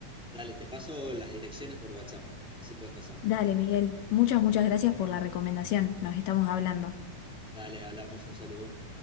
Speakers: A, in the centre; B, on the left (about 75°).
A: Dale, te paso las direcciones por WhatsApp, así puedes pasar.
B: Dale, Miguel. Muchas, muchas gracias por la recomendación. Nos estamos hablando.
A: Dale, hablamos, un saludo.